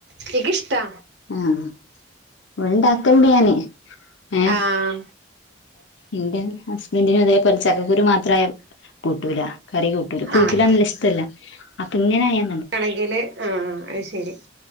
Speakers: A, on the right; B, on the left.
A: ക്കിഷ്ടാ
B: ആ ഉണ്ടാക്കൽണ്ട് ഞാന് ഏ
A: ആഹ്
B: എന്റെ ഹസ്ബൻഡിനും അതേപൊലെ ചക്കക്കുരു മാത്രയ കൂട്ടൂല. കറി കൂട്ടൂലാ കൂട്ടലാ
A: ആഹ്
B: നെല്ല ഇഷ്ടല്ല അപ്പൊ ഇങ്ങനെയാൽ..
A: ആണെങ്കില് ആ അത് ശരി..